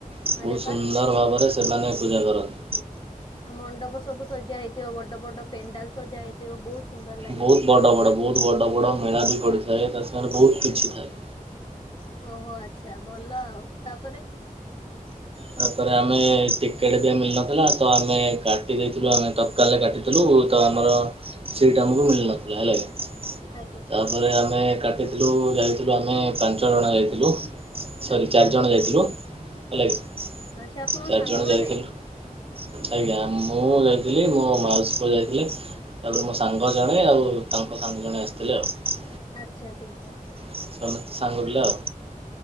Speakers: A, on the right; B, on the left.
A: ବହୁତ୍
B: ଆରେ ବା
A: ସୁନ୍ଦର ଭାବରେ ସେମାନେ ପୂଜା କରନ୍ତି।
B: ମଣ୍ଡପ ସବୁ ସଜା ହେଇଥିବ ବଡ ବଡ ପେଣ୍ଡାଲ ସଜା ହେଇଥିବ ବହୁତ ସୁନ୍ଦର ଲାଗେ
A: ବହୁତ୍
B: ଦେଖିବାକୁ।
A: ବଡ ବଡ ବହୁତ୍ ବଡ ବଡ ମେଳା ବି ପଡ଼ିଥାଏ ତା ସାଙ୍ଗରେ ବହୁତ କିଛି ଥାଏ।
B: ଓହୋ ଆଚ୍ଛା ଭଲ ଆଉ ତାପରେ
A: ତାପରେ ଆମେ ଟିକେଟ ବି ମିଳୁନଥିଲା ତ ଆମେ କାଟି ଦେଇଥିଲୁ ଆମେ ତ କାଲ୍ ରେ କାଟିଥିଲୁ ତ ଆମର ସିଟ୍ ଆମକୁ ମିଳିନଥିଲା ହେଲା କି
B: ଆଜ୍ଞା।
A: ତାପରେ ଆମେ କାଟିଥିଲୁ ଯାଇଥିଲୁ ଆମେ ପାଞ୍ଚ ଜଣ ଯାଇଥିଲୁ। ସରି
B: ଆଚ୍ଛା
A: ଚାରିଜଣ ଯାଇଥିଲୁ ହେଲା କିି।
B: ଆଚ୍ଛା ଆପଣଙ୍କ
A: ଚାରି
B: ସାଙ୍ଗମାନେ
A: ଜଣ ଯାଇଥିଲୁ ଆଜ୍ଞା ମୁଁ ଯାଇଥିଲି ମୋ ମାଉସୀ ପୁଅ ଯାଇଥିଲେ। ତାପରେ ମୋ ସାଙ୍ଗ ଜଣେ ଆଉ ତାଙ୍କ ସାଙ୍ଗ ଜଣେ ଆସିଥିଲେ ଆଉ।
B: ଆଚ୍ଛା ଠିକ୍ ଅଛି।
A: ସମସ୍ତେ ସାଙ୍ଗ ପିଲା ଆଉ।